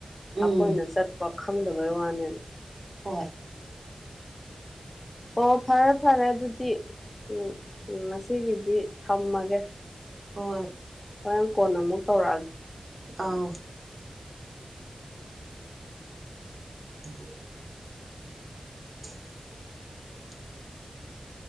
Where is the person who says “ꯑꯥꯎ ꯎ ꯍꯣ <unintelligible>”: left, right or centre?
Right